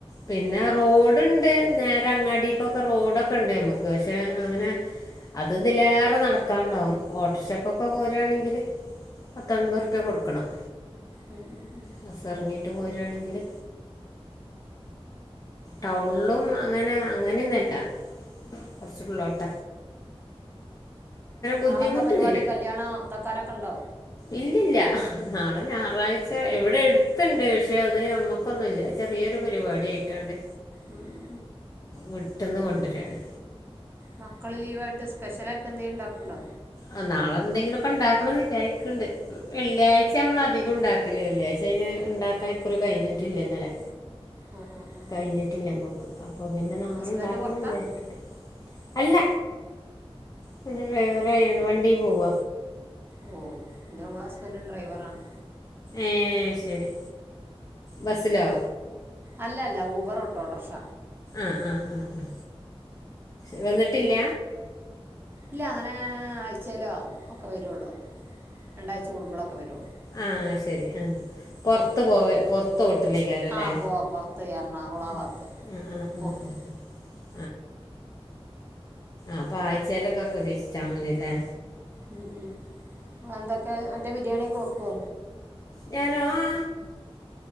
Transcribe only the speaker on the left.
പിന്നെ റോഡ്ണ്ട് നേരെ അങ്ങാടിക്കൊക്കെ റോഡൊക്കെ ണ്ട് ഞമ്മക്ക് പക്ഷെ അങ്ങനെ അത് തിലേറെ നടക്കാണ്ടാവും ഓട്ടർക്ഷക് പ്പൊക്കെ പോരണെങ്കിൽ പത്തൻമ്പത് ഉർപ്യ കൊടുക്കണം
ബസ് ഇറങ്ങിട്ട് പോരാണെങ്കില് ടൗൺളും അങ്ങനെ അങ്ങനെന്നുല്ല കൊറച്ചുള്ളോട്ട ബുദ്ധിമുട്ടില്ല
ഇല്ല ല്ല നാളെ ഞായറാഴ്ച എവ്ടെ എടുത്ണ്ട് പക്ഷെ അത് അമ്മക്കൊന്നുല്ല ചെറിയൊരു പരിപാടിയായിട്ട് ഏണ്ട്
വിട്ട്ന്ന് കൊണ്ടുരാണ്
ആ നാളെന്തെങ്കിലും ഒക്കെ ഇണ്ടാക്കണന്ന് വിചാരിക്കണ്ട് വെള്ളിയാഴ്ച്ച അമ്മള് അധി കും ഇണ്ടാക്കല് വെള്ളിയാഴ്ച അയ്ന് ഇണ്ടാക്കാൻ ഇക്കുറി കഴിഞ്ഞിട്ടില്ല ഇന്നലെ
കഴിഞ്ഞിട്ടില്ല മക്ക് അപ്പൊ പിന്നെ നമ്മളുണ്ടാക്കണംന്ന്
വിചാരിക്ക്‌ണ്ട് അല്ല പിന്നെ വേറെ <unintelligible> വണ്ടി പോവ
ഏഹ് ശരി ബസിലോ
ആഹ് ആഹ് ആഹ് ആ വന്നിട്ടില്ല
ആഹ് ശരി ആഹ് പൊർത്ത് പോവൽ പൊർ തോട്ടിലേക്കാരം ല്ലേ
ഉം
ആഹ് ആഹ്
ആഹ് അപ്പ ആഴ്ചേലൊക്കെ പ്രതീക്ഷിച്ചാ മതില്ലേ
ഞാനോ ആ